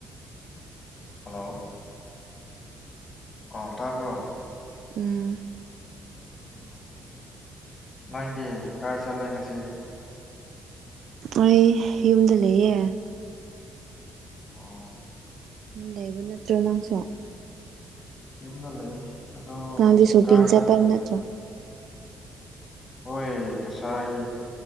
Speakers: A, on the left; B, on the right.
A: ꯍꯜꯂꯣ ꯑꯣ ꯇꯥꯔꯕ꯭ꯔꯣ
B: ꯎꯝ
A: ꯎꯝ ꯅꯣꯏꯗꯤ ꯀꯥꯏ ꯆꯠꯂꯦ ꯉꯁꯤ
B: ꯑꯩꯏ ꯌꯨꯝꯗ ꯂꯩꯌꯦ
A: ꯑꯣ
B: ꯂꯩꯕ ꯅꯠꯇ꯭ꯔꯣ ꯅꯪꯁꯨ
A: ꯌꯨꯝꯗ ꯂꯩ ꯑꯗꯣ
B: ꯅꯪꯗꯤ
A: ꯉꯁꯤ
B: ꯁꯣꯄꯤꯡ
A: ꯀꯥꯏ ꯆꯠꯄꯅꯣ
B: ꯆꯠꯄ ꯅꯠꯇ꯭ꯔꯣ
A: ꯍꯣꯏ ꯉꯁꯥꯏ